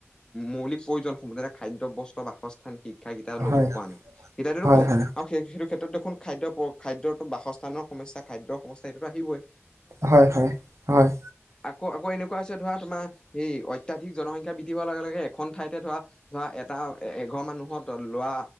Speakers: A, on the left; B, on the right.
A: মৌলিক প্ৰয়োজনসমহতে খাদ্য বস্ত্ৰ বাসস্থান শিক। শিক্ষা কেইটা ল'ব
B: হয়
A: পৰা নাই এতিয়াটো
B: হয়
A: কম
B: হয়
A: আৰু সেই সেইটো ক্ষেত্ৰত এইখন খাদ্য খাদ্যটো বাসস্থানৰ সমস্যা খাদ্যৰ সমস্যা সেইটো আহিবই
B: হয় হয় হয়।
A: কৌ এনেকুৱা। ধৰা তোমাৰ সেই অত্যধিক জনসংখ্যা বৃদ্ধি হোৱা লগে লগে এখন ঠাইতে ধৰা ধৰা এটা এঘৰ মানুহত লৰা